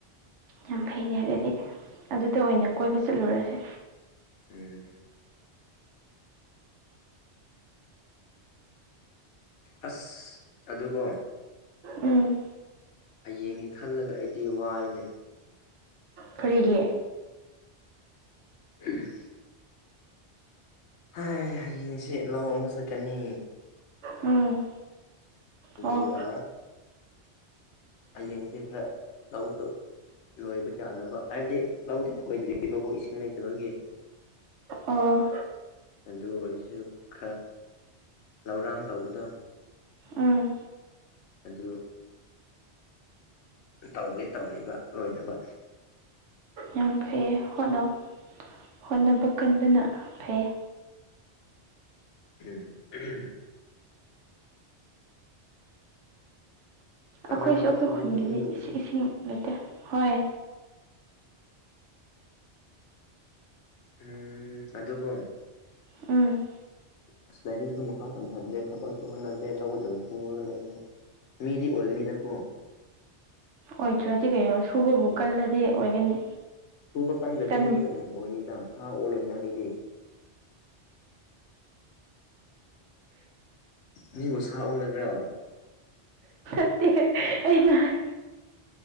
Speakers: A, on the right (about 85°); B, on the left (about 85°).
A: ꯌꯥꯝ ꯐꯩꯅꯦ ꯑꯗꯨꯗꯤ ꯑꯗꯨꯗ ꯑꯣꯏꯅ ꯀꯣꯏꯕ ꯆꯠꯂꯨꯔꯁꯦ
B: ꯎꯝ ꯑꯁ ꯑꯗꯨ ꯀꯣ
A: ꯎꯝ
B: ꯍꯌꯦꯡꯒꯤ ꯈꯜꯂꯒ ꯑꯩꯗꯤ ꯋꯥꯏꯅꯦ
A: ꯐꯔꯤꯒꯤ
B: ꯎꯝ ꯍꯥꯏ ꯍꯌꯦꯡꯁꯤ ꯂꯧ ꯑꯃꯨꯛ ꯆꯠꯀꯥꯅꯤ
A: ꯎꯝ
B: ꯑꯗꯨꯒ
A: ꯑꯣ
B: ꯍꯌꯦꯡꯁꯦ ꯈꯔ ꯂꯧꯗꯣ ꯂꯣꯏꯕ ꯌꯥꯅꯕ ꯍꯥꯏꯕꯗꯤ ꯂꯧꯗꯤ ꯈꯣꯏꯗ꯭ꯔꯤꯕꯀꯣ ꯏꯁꯤꯡ ꯂꯩꯇꯕꯒꯤ
A: ꯑꯣ
B: ꯑꯗꯨ ꯑꯣꯏꯖꯨ ꯈꯔ ꯂꯧꯔꯥꯡ ꯇꯧꯕꯗꯣ
A: ꯎꯝ
B: ꯑꯗꯨ ꯇꯧꯒꯦ ꯇꯧꯔꯤꯕ ꯂꯣꯏꯅꯕ
A: ꯌꯥꯝ ꯐꯩꯌꯦ ꯍꯣꯠꯅꯧ ꯍꯣꯠꯅꯕ ꯀꯟꯕꯅ ꯐꯩꯌꯦ
B: ꯎꯝ ꯎꯝ ꯍꯣꯠꯅꯕ
A: ꯑꯈꯣꯏꯁꯨ ꯑꯈꯣꯏ
B: ꯀꯜꯂꯒ
A: ꯈꯨꯟꯒꯤꯗꯤ
B: ꯃꯤ ꯑꯣꯏꯒꯅꯤ
A: ꯏꯁꯤ ꯏꯁꯤꯡ ꯂꯩꯇꯦ ꯍꯣꯏ
B: ꯎꯝ ꯑꯗꯨꯀꯣ
A: ꯎꯝ
B: ꯑꯁ ꯂꯥꯏꯔꯤꯛꯁꯨ ꯃꯈꯥ ꯇꯝꯊꯗ꯭ꯔꯦ ꯊꯕꯛꯁꯨ ꯍꯣꯠꯅꯗ꯭ꯔꯦ ꯂꯧ ꯑꯗꯨꯝ ꯁꯨꯔꯒ ꯂꯩꯔꯦ ꯃꯤꯗꯤ ꯑꯣꯏꯒꯅꯤꯗꯀꯣ
A: ꯑꯣꯏꯗ꯭ꯔꯥꯗꯤ ꯀꯩꯩꯅꯣ ꯁꯨꯕꯕꯨ
B: ꯎꯝ
A: ꯀꯜꯂꯗꯤ ꯑꯣꯏꯒꯅꯤ
B: ꯁꯨꯕ ꯀꯟꯗ꯭ꯔꯁꯨ
A: ꯇꯟ
B: ꯃꯤ ꯑꯗꯨꯝ ꯑꯣꯏꯅꯤꯗ ꯁꯥ ꯑꯣꯜꯂꯣꯏꯅ ꯑꯩꯗꯤ ꯃꯤꯕꯨ ꯁꯥ ꯑꯣꯟꯒꯗ꯭ꯔꯣ
A: ꯅꯠꯇꯦꯍꯦ ꯑꯩꯅ ꯍꯥꯏ